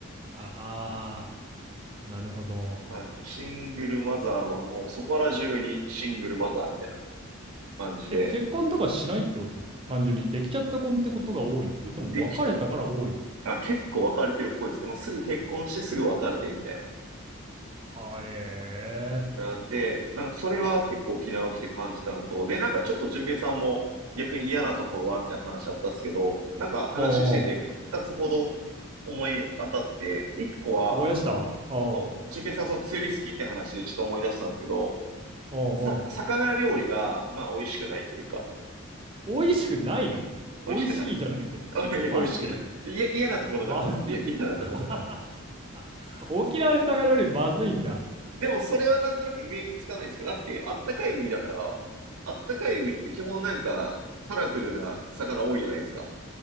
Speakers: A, on the right; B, on the right.
A: あー、なるほど。
B: はい。もうシングルマザーはもうそこら中にシングルマザーみたいな感じで。
A: え、結婚とかしないってこと単純に、できちゃった婚ってことが多いのそれとも別れたから多いの
B: でき、あ、結構別れてるっぽいですね。もうすぐ結婚してすぐ別れてみたいな。
A: はえー。
B: なんで、なんかそれは結構沖縄来て感じたのと、で、なんかちょっと淳平さんも逆に嫌なところはみたいな話あったっすけど、なんか話しててふ二つほど
A: おうおう
B: 思い当たって、一個は、
A: 思い出したおう
B: そう、淳平さんがその釣り好きって話でちょっと思い出したんですけど、
A: おうおう
B: さ、魚料理が、まあ美味しくないというか、
A: 美味しくないの。
B: 美味しくない。
A: 美味しいじゃなくて。
B: <laughs> いや、
A: マジで。
B: 美味しくない。いや、嫌なところだから。
A: <laughs> まずいんだ。
B: いや、嫌なところだから。
A: <laughs> 沖縄で魚料理まずいんだ。
B: そうそう。でもそれはなんとなくイメージつかないんですけどだってあったかい海だから、あったかい海って基本なんかカラフルな魚多いじゃないですか。